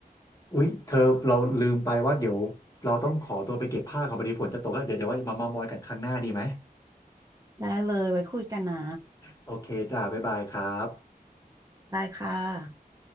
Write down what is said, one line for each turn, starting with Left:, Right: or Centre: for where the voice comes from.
Left: อุ๊ยเธอเราลืมไปว่าเดี๋ยวเราต้องขอตัวไปเก็บผ้าของพอดีฝนจะตกแล้วเดี๋ยวเดี๋ยวว่ามาเมามอยกันครั้งหน้าดีไหม
Right: ได้เลยไว้คุยกันนะ
Left: โอเคจ้าบ๊ายบายครับ
Right: ได้ค่ะ